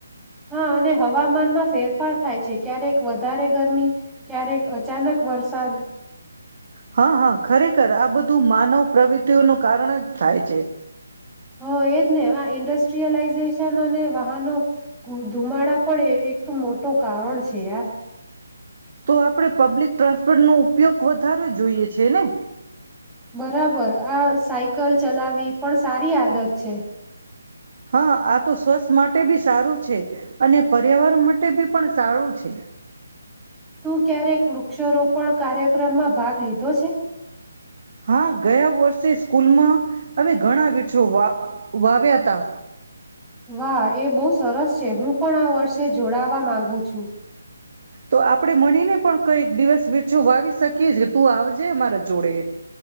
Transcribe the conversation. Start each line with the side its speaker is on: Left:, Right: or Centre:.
Centre: હા અને હવામાનમાં ફેરફાર થાય છે ક્યારેક વધારે ગરમી ક્યારેક અચાનક વરસાદ.
Right: હા હા ખરેખર આ બધું માનવ પ્રવૃત્તિઓનું કારણ જ થાય છે.
Centre: હ એજ ને આ ઈન્ડ સ્ટ્રીયલાઈઝેશન અને વાહનો ધુ ધુમાડા પણ એ એક મોટું કારણ છે યાર.
Right: તો આપડે પબ્લિક ટ્રાન્સપોર્ટ નો ઉપયોગ વધારવો જોઈએ છે ને.
Centre: બરાબર આ સાઈકલ ચલાવી પણ સારી આદત છે.
Right: હા આ તો સ્વસ્થ માટે બી સારું છે અને પર્યાવરણ માટે બી પણ સારું છે.
Centre: તું ક્યારેક વૃક્ષારોપણ કાર્યક્રમમાં ભાગ લીધો છે.
Right: હા ગયા વર્ષે સ્કૂલમાં અમે ઘણા વૃક્ષો વા વાવ્યાતા.
Centre: વાહ એ બહુ સરસ છે હું પણ આ વર્ષે જોડાવા માગુ છું.
Right: તો આપણે મળીને પણ કઈક દિવસ વેછો વાવી શકીએ જે તું આવજે મારા જોડે.